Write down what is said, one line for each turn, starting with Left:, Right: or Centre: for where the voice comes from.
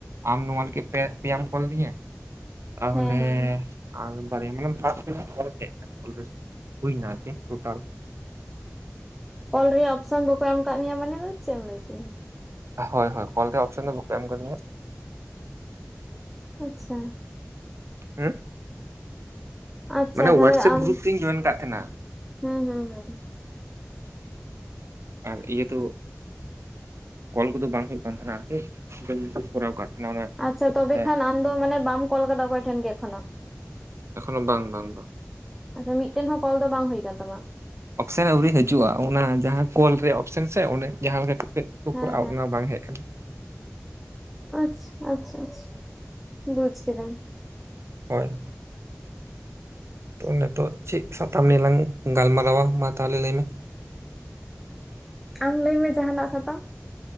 Right: ᱟᱢ ᱱᱚᱣᱟ ᱠᱤᱯ ᱯᱮᱴ ᱯᱤᱭᱟᱢ ᱠᱚᱞ ᱤᱫᱤᱧᱟ ᱛᱟᱦᱚᱞᱮ
Centre: ᱦᱮᱸ ᱦᱮᱸ
Right: ᱟᱢ ᱯᱟᱨᱮᱱᱚᱢ ᱥᱟᱵ ᱠᱮᱫᱟ ᱚᱠᱟ ᱨᱮ ᱪᱮᱜ ᱠᱟᱱᱟ᱾ ᱦᱩᱭᱱᱟ ᱟᱨᱠᱤ ᱴᱳᱴᱟᱞ
Centre: ᱠᱚᱞ ᱨᱮᱭᱟᱜ ᱚᱯᱥᱟᱱ ᱵᱟᱠᱚ ᱮᱢ ᱠᱟᱜ ᱢᱮᱭᱟ ᱢᱟᱱᱮ ᱫᱚ᱾ ᱪᱮᱜ ᱮᱢ ᱞᱟᱹᱭ ᱪᱩᱨᱟ
Right: ᱦᱳᱭ ᱦᱳᱭ ᱠᱚᱞ ᱨᱮᱭᱟᱜ ᱚᱯᱥᱟᱱ ᱫᱚ ᱵᱟᱠᱚ ᱮᱢ ᱠᱟᱫᱤᱧᱟ᱾
Centre: ᱟᱪᱪᱷᱟ
Right: ᱦᱮ?
Centre: ᱟᱪᱪᱷᱟ
Right: ᱢᱟᱱᱮ
Centre: ᱛᱟᱦᱞᱮ
Right: ᱩᱣᱟᱴᱥᱮᱯ
Centre: ᱟᱢ
Right: ᱜᱨᱩᱯ ᱛᱤᱧ ᱡᱚᱭᱮᱱ ᱠᱟᱜ ᱛᱟᱦᱮᱱᱟ
Centre: ᱦᱩᱸ ᱦᱩᱸ ᱦᱩᱸ
Right: ᱟᱨ ᱤᱭᱟᱹ ᱫᱩᱜ ᱠᱚᱞ ᱠᱩᱫᱚ ᱵᱟᱝ ᱦᱩᱭᱩᱜ ᱠᱟᱱ ᱛᱟᱦᱮᱱᱟ ᱟᱨᱠᱤ ᱠᱚᱨᱟᱣ ᱠᱟᱜ ᱛᱟᱦᱮᱱᱟ ᱚᱱᱟ
Centre: ᱟᱪᱪᱷᱟ ᱛᱚᱵᱮ
Right: ᱮ,
Centre: ᱠᱷᱟᱱ ᱟᱢ ᱫᱚ ᱢᱟᱱᱮ ᱵᱟᱢ ᱠᱚᱞ ᱠᱟᱫᱟ ᱚᱠᱚᱭ ᱴᱷᱮᱱ ᱜᱮ ᱮᱠᱷᱚᱱᱚᱜ
Right: ᱮᱠᱷᱚᱱᱚ ᱵᱟᱝ -ᱵᱟᱝ ᱵᱟ᱾
Centre: ᱟᱪᱪᱷᱟ ᱢᱤᱫᱴᱮᱱ ᱦᱚᱸ ᱠᱚᱞ ᱫᱚ ᱵᱟᱝ ᱦᱩᱭ ᱠᱟᱱ ᱛᱟᱢᱟ
Right: ᱚᱯᱥᱮᱱ ᱟᱹᱣᱨᱤ ᱦᱤᱡᱩᱜᱼᱟ᱾ ᱚᱱᱟ ᱡᱟᱦᱟᱸ ᱠᱚᱞ ᱨᱮᱭᱟᱜ ᱚᱯᱥᱮᱱ ᱥᱮ ᱚᱱᱮ ᱡᱟᱦᱟᱸ ᱞᱮᱠᱟ ᱛᱮᱜ ᱠᱩ
Centre: ᱦᱮᱸ
Right: ᱠᱩᱨᱟᱜᱼᱟ᱾ ᱚᱱᱟ ᱵᱟᱝ ᱦᱮᱡ ᱠᱟᱱᱟ
Centre: ᱟᱹᱪ ᱟᱪᱪᱷᱟ ᱾ ᱵᱩᱡᱽ ᱠᱤᱫᱟᱹᱧ᱾
Right: ᱦᱚᱭ ᱱᱤᱛᱚᱛ ᱪᱮᱜ ᱥᱟᱛᱟᱢ ᱱᱤᱞᱟᱝ ᱜᱟᱞᱢᱟᱨᱟᱣᱟ ᱢᱟ ᱛᱟᱦᱮᱞᱮ ᱞᱟᱹᱭ ᱢᱮ?
Centre: <inaudible> ᱟᱢ ᱞᱟᱹᱭ ᱢᱮ ᱡᱟᱦᱟᱱᱟᱜ ᱥᱟᱛᱟᱢ?